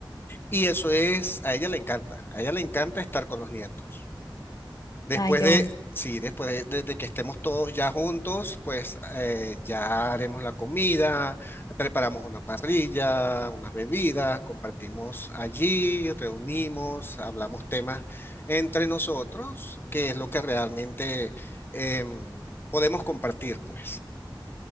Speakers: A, on the left; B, on the left.
A: Y eso es, a ella le encanta, a ella le encanta estar con los nietos. Después
B: Ay, qué
A: de,
B: bonito.
A: sí, después de, de- de que estemos todos ya juntos, pues eh, ya haremos la comida, preparamos una parrilla, unas bebidas, compartimos allí, reunimos, hablamos temas entre nosotros, que es lo que realmente em, podemos compartir, pues.